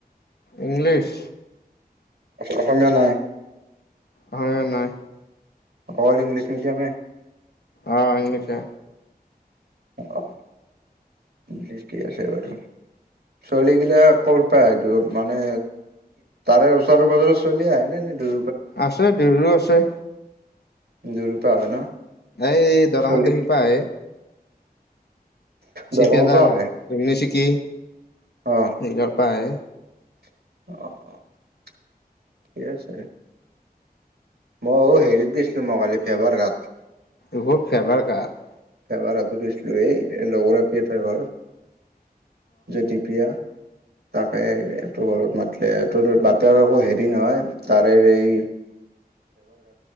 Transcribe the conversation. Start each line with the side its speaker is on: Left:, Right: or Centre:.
Left: ইংলিছ
Right: অসমীয়া নাই।
Left: ভাঙা নাই।
Right: অল ইংলিছ মিডিয়ামে
Left: অ' ইংলিছে
Right: অ' ঠিকেই আছে বাৰু, চলি গিলা ক'ৰ পৰা মানে তাৰে ওচৰে পাজৰে চলি আহে ন-ন দূ
Left: আছে, দুৰৰো আছে।
Right: দুই ৰূপা হয় ন
Left: এই দৰাঙত
Right: চলি
Left: দেখি পা এই শিপিয়ে
Right: দৰঙৰ
Left: যাল
Right: পৰা আহে
Left: <unintelligible> কি
Right: অ
Left: নেগাৰ পায়।
Right: অ। কে আছে। মইও হেৰিত গিছিলো মই কালি ফেভাৰ ঘাট।
Left: ইভুৰ ফেবাৰ গাত
Right: এবাৰ <unintelligible> লগৰ প্ৰিয় তৰ ঘৰ যদি প্ৰিয়া তাকাইটো গৰত মাতলেত তোৰ বাপেৰেকো হেৰি নহয়, তাৰে এই